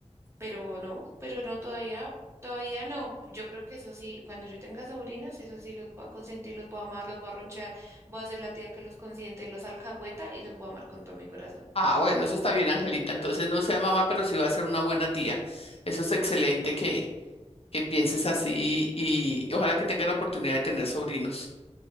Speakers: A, on the right (about 20°); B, on the left (about 55°).
A: pero no, pero no todavía, todavía no. Yo creo que eso sí, cuando yo tenga sobrinos, eso sí los voy a consentir, los voy a amar, los voy a ronchar, voy a ser la tía que los consiente, los alcahueta y los voy a amar con todo mi corazón.
B: Ah, bueno, eso está bien, Angelita. Entonces no sea mamá, pero sí va a ser una buena tía. Eso es excelente que, que pienses así y ojalá que tenga la oportunidad de tener sobrinos.